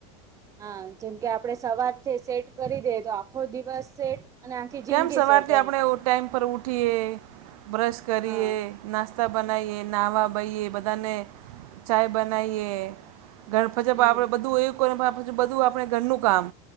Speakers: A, on the right; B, on the right.
A: હ જેમ કે આપડે સવારથી સેટ કરી દઈએ તો આખો દિવસ સેટ અને આખી
B: કેમ
A: જિંદગી
B: સવારથી
A: સેટ
B: આપડે
A: એમ
B: એ ટાઈમ પર ઊઠીએ બ્રશ કરીએ.
A: હા
B: નાસ્તા બનાઈ એ નાહવા બઈએ બધાને ચાય બનાઈ એ. ઘર પછે
A: હમ
B: <unintelligible> આપડે બધું એક <unintelligible> બધું આપણે ઘરનું કામ